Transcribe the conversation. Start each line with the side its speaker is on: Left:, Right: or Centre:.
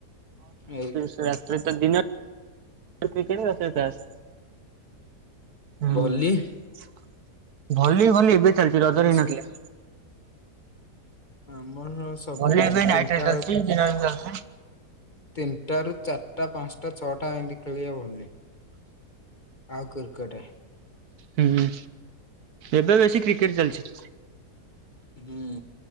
Left: ଏଇ
Right: ତୋରତ ଦିନରେ କ୍ରିକେଟ୍ ଆଉ ରାତିରେ ତାସ୍। ହୁଁ
Left: ଭଲି
Right: ଭଲି ଭଲି ଏବେ ଚାଲିଚି ରଜରେ
Left: ଏମିତି
Right: ହେଇନଥିଲା।
Left: ସବୁ ଆମର ସବୁବେଳେ
Right: ଭଲି ଏବେ
Left: ତିନିଟା
Right: ନାଇଟ୍ ରେ ଚାଲିଚି ଦିନରେବି ଚାଲୁଥିଲା।
Left: ତିନିଟାରୁ ଚାରିଟା ପାଞ୍ଚଟା ଛଅଟା ଏମିତି ଖେଳିବା ଭଲି ଆଉ କ୍ରି କେଟ୍।
Right: ହୁଁ ଏବେ ବେଶୀ କ୍ରିକେଟ୍ ଚାଲିଚି।
Left: ହୁଁ